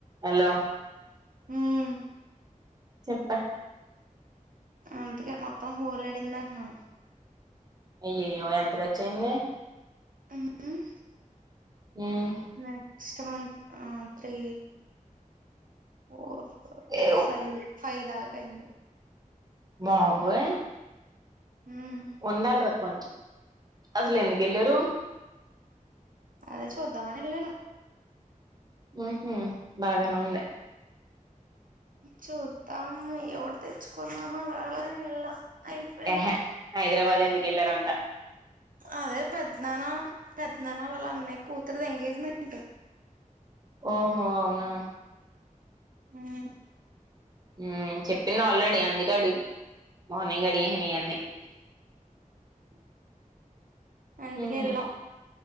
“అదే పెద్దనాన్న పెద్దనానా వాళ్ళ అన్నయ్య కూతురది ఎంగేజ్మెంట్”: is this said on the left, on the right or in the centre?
Right